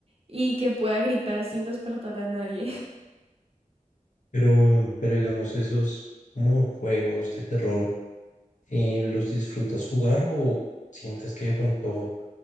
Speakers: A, on the right; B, on the left.
A: y que pueda gritar sin despertar a nadie. <laughs>
B: Pero, pero digamos, esos como juegos de terror, eh, ¿los disfrutas jugar o sientes que de pronto